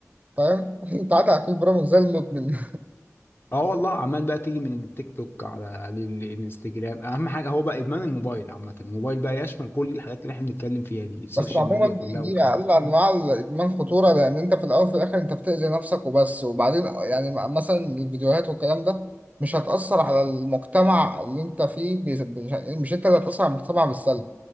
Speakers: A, on the right (about 30°); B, on the left (about 45°).
A: فاهم <laughs> تعدي على كل البرامج زي المدمن
B: اه والله عمال بقى تيجي من التيك توك على ال- الانستجرام اهم حاجه هو بقى ادمان الموبايل عامه الموبايل بقى يشمل كل الحاجات اللي احنا بنتكلم فيها دي السوشيال
A: بس عموما
B: ميديا كلها
A: دي دي
B: والكلام
A: اقل
B: ده
A: انواع الادمان خطوره لان انت في الاول وفي الاخر انت بتاذي نفسك وبس وبعدين يعني مثلا الفيديوهات والكلام ده مش هتاثر على المجتمع اللي انت فيه بس- مش مش انت اللي هتاثر على المجتمع بالسلب